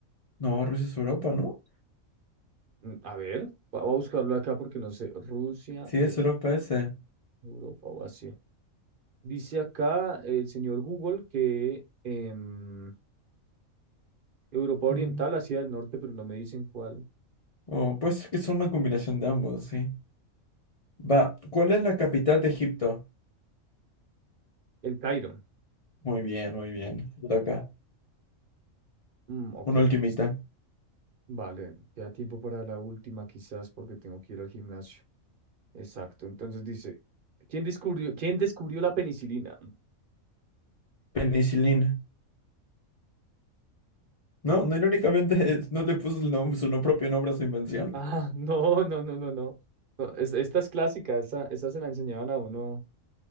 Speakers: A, on the left; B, on the right.
A: No, Rusia es Europa, ¿no?
B: Mm, A ver, va- voy a buscarlo acá porque no sé. Rusia,
A: Sí, es
B: eh,
A: Europa ese.
B: Europa o Asia. Dice acá el señor Google que em, Europa Oriental,
A: Mm.
B: Asia del Norte, pero no me dicen cuál.
A: Oh, puede ser que es una combinación de ambos, sí. Va, ¿cuál es la capital de Egipto?
B: El Cairo.
A: Muy bien, muy bien. Te Toca.
B: Mm, ok,
A: Una ultimita.
B: listo. Vale, queda tiempo para la última quizás porque tengo que ir al gimnasio. Exacto. Entonces dice, ¿quién descubrió, quién descubrió la penicilina?
A: Penicilina. No, no, irónicamente <laughs> es- no le puso el nom- su no- propio nombre a su invención.
B: Ah, <laughs> no, no, no, no, no. No, es- esta es clásica, esa, esa se la enseñaban a uno